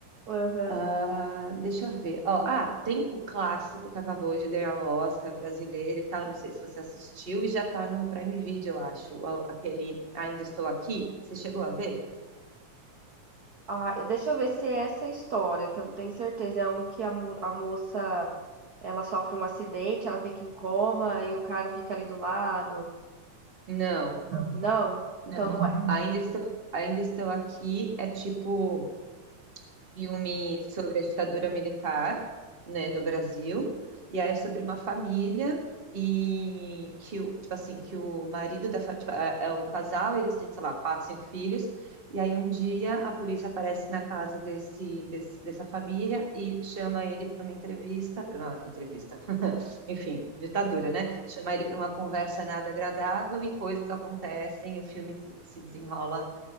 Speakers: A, on the right; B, on the right.
A: Aham.
B: Ah, deixa eu ver. Ó, ah, tem o clássico que acabou de ganhar o Oscar brasileiro e tal. Não sei se você assistiu e já tá no Prime Video, eu acho. Ó, Aquele Ainda Estou Aqui. Você chegou a ver?
A: Ah, deixa eu ver se é essa história, que eu não tenho certeza. É um que a, mo- a moça ela sofre um acidente, ela fica em coma e o cara fica ali do lado.
B: Não,
A: Não?
B: não.
A: Então não é.
B: Ainda estou, ainda estou aqui. É tipo. filme sobre a ditadura militar, né, do Brasil, e aí é sobre uma família e que o, tipo assim, que o marido da família, é é um casal, eles têm, sei lá, quatro, cinco filhos, e aí um dia a polícia aparece na casa desse, desse- dessa família e chama ele para uma entrevista, para uma entrevista, <laughs> enfim, ditadura, né? Chama ele para uma conversa nada agradável e coisas acontecem, o filme se se desenrola